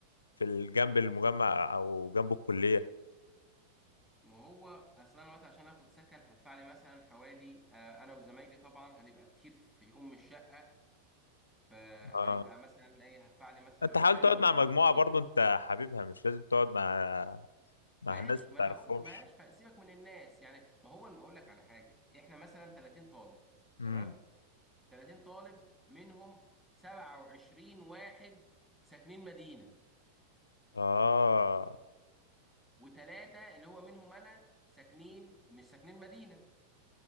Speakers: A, on the left; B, in the centre.
A: في ال- جنب المجمع او جنب الكلية
B: ما هو اصلا الوقت عشان اخد سكن هدفع لي مثلا حوالي آه، انا وزمايلي طبعا هنبقى كتير في ام الشقه فهيبقى
A: اه
B: مثلا ايه هدفع لي مثلا
A: انت
B: مش
A: حاول
B: اقل
A: تقعد
B: من
A: مع
B: 800
A: مجموعة
B: جنيه
A: برضو انت حبيبها مش لازم تقعد مع مع
B: ماشي
A: ناس ما
B: ما
A: تعرفهمش
B: انا هقول لك ماشي خ- سيبك من الناس يعني ما هو انا هقول لك على حاجه احنا مثلا 30 طالب
A: امم
B: تمام 30 طالب منهم 27 واحد ساكنين مدينه
A: اه
B: وثلاثه اللي هو منهم انا ساكنين مش ساكنين مدينه